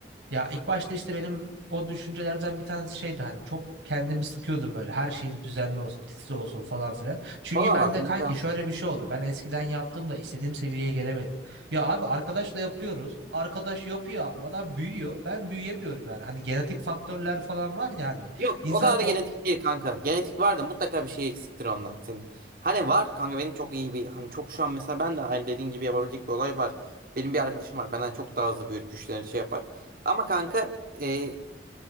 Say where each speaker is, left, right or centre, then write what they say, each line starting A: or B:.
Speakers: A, on the right (about 85°); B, on the right (about 50°).
A: Ya ilk başta işte benim o düşüncelerden bir tanesi şeydi hani çok kendimi sıkıyordum böyle her şeyim düzenli olsun titiz olsun falan filan. Çünkü
B: Olamaz.
A: ben de
B: imkansız.
A: kanki şöyle bir şey oldu ben eskiden yaptığımda istediğim seviyeye gelemedim. Ya abi arkadaşla yapıyoruz arkadaş yapıyor abi adam büyüyor ben büyüyemiyorum yani hani genetik faktörler falan var ya hani
B: Yok
A: insan
B: o kadar
A: o-
B: da genetik değil kanka. Genetik var da mutlaka bir şey eksiktir ondan senin. Hani var kanka benim çok iyi bir hani çok şu an mesela ben de hani dediğin gibi yapabilecek bir olay var. Benim bir arkadaşım var benden çok daha hızlı büyür güçlerini şey yapar. Ama kanka e,